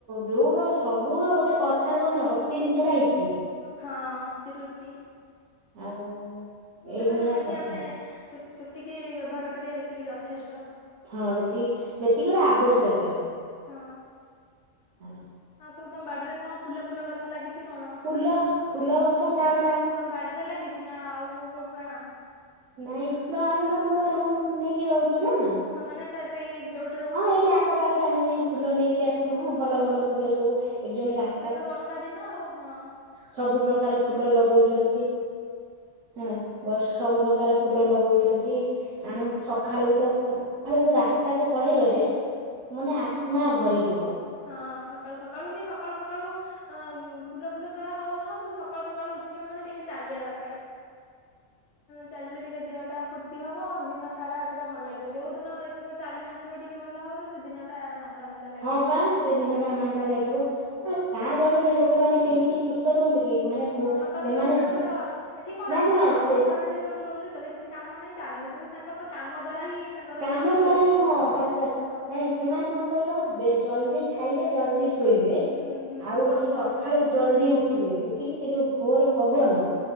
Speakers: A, on the right; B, on the left.
A: ବୋଉର ସବୁର ଗୋଟେ କଥାରେ କହନ୍ତିନି ଅତି ଜିନିଷଟା ଇତି।
B: ହଁ ଅତିରୁ ଇତି।
A: ଆଉ।
B: ମୁ ସେଟା
A: ଏଇଭଳିଆ
B: ସେମିତି
A: କଥା
B: ଆମେ ସେ-ସେତିକି ବ୍ୟବହାର କରିବା ଯେତିକି ଯଥେଷ୍ଟ।
A: ହଁ ଯେତିକି ଯେତିକି ଗୋଟା ଆବଶ୍ୟକୀୟ
B: ହଁ
A: ହେଲା।
B: ଆଉ ସବୁ ତମ ବାଡିରେ କଣ ଫୁଲ ଫୁଲ ଗଛ ଲାଗି ଅଛି କଣ?
A: ଫୁଲ ଫୁଲ ଗଛ
B: ପୂଜା
A: କଣ
B: କରିବାକୁ ତମ ବାଡିରେ ଲାଗିଛି ନା ଆଉ କୋଉ କୋଉଠୁ ଆଣ?
A: ନାଇଁ ଫୁଲ ଆମେ ବା ମୁଁ ବା ରୁମ ନେଇକି ରହୁଚୁ ନା।
B: ହଁ ମାନେ ତ ସେଇ ଯୋଉ
A: ହଁ ଏଇଠି ଆଖପାଖରେ ଆମେ ଯାଇ ଫୁଲ ନେଇକି ଆସୁ। ହଁ ଭଲ ଭଲ ଫୁଲ ସବୁ ଏଇଠି ଜଣେ ରା
B: ଏବେ ତ ବର୍ଷା ଦିନ। ଆଉ ହଁ।
A: ସବୁ ପ୍ରକାର ଫୁଲ ଲଗଉଚନ୍ତି। ହେଲା। ସବୁ ପ୍ରକାର ଫୁଲ ଲଗଉଛନ୍ତି। ଆଣୁ ସକାଳକୁ ତ ସକାଳ ରାସ୍ତାକୁ ପଳେଇ ଗଲେ ମାନେ ଆତ୍ମା ଭରିଯିବ।
B: ହଁ ସକାଳୁ ସକାଳୁ ବି ସକାଳୁ ସକାଳୁ ଅ ଫୁଲ ଫୁଲ ତୋଳା ହଉନାହଁ କିନ୍ତୁ ସକାଳୁ ସକାଳୁ ଉଠିବ ମାନେ ଟିକେ ଚାଲିବା ଦରକାର। ଚାଲିଲେ ଟିକେ ଦେହଟା ଫୁର୍ତ୍ତି ହବ। ଦିନ ସାରା ସେଟା ଭଲ ଲାଗିବ। ଯୋଉ ଦିନ ଦେଖିବ ଚାଲି ନ ଥିବ ଟିକେ ଭଲ ଭାବରେ। ସେ ଦିନଟା ମାନ୍ଦା ମାନ୍ଦା ଲାଗିବ।
A: ହଁ ପା ସେ ଦିନଟା ମାନ୍ଦା ଲାଗିବ। ଆ ଗାଁ ଗହଳିରେ ଲୋକମାନେ କେମିତି ସୁସ୍ଥ ରୁହନ୍ତି କି ମାନେ ଭୁ
B: ହଁ ସକାଳୁ
A: ସେମାନେ
B: ସକାଳୁ ତାଙ୍କର ଏଠି କଣ
A: ନା
B: ଆମର
A: ନା ସେ
B: ସହର <unintelligible> କିଛି କାମ ନାହିଁ ଚାଲୁ କିନ୍ତୁ ତାଙ୍କର ତ କାମ ଦ୍ଵାରା ହିଁ ତାଙ୍କର
A: କାମ
B: ସେଠି
A: ଦ୍ଵାରା
B: ହେଇଯାଏ,
A: ହିଁ ହଁ ବାସ୍ ବାସ୍
B: ହଁ।
A: ନାଇଁ ସେମାନେ କଣ କହିଲ ଜଲଦି ଖାଇବେ ଜଲଦି ଶୋଇବେ?
B: ହୁଁ ହୁଁ
A: ଆଉ
B: ଭୋରୁ
A: ସକାଳୁ
B: ଭୋରୁ ଉଠିବେ
A: ଜଲଦି ଉଠିବେ। ଉଠିକି ସେ ଯୋଉ ଭୋର୍ ପବନ